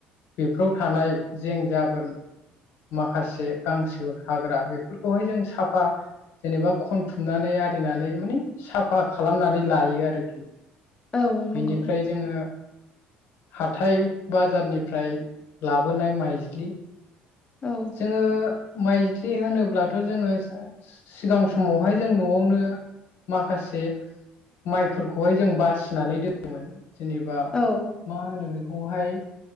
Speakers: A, on the left; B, on the left.
A: बेफोराव थानाय जें जाबोर माखासे गांसो हाग्रा बेफोरखौहाय जों साफा जेनेबा खनथुमनानै आरिनानै माने साफा खालामनानै लायो आरो।
B: औ नंगौ
A: बेनिफ्राय जोङो हाथाइ बाजारनिफ्राय लाबोनाय माइज्लि
B: औ
A: जोङो माइज्लि होनोब्लाथ' जोङो सिगां समावहाय जों न'आवनो माखासे माइफोरखौ खौहाय जों बासिनानै दोनोमोन, जेनेबा
B: औ
A: मा होनो बेखौहाय